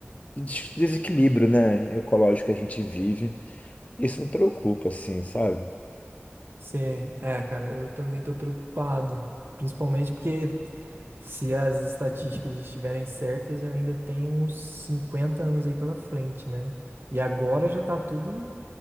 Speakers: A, on the left; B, on the right.
A: des- desequilíbrio, né, ecológico que a gente vive. Isso me preocupa, assim, sabe?
B: Você... É, cara, eu também tô preocupado. Principalmente porque se as estatísticas estiverem certas, eu ainda tenho uns 50 anos aí pela frente, né? E agora já tá tudo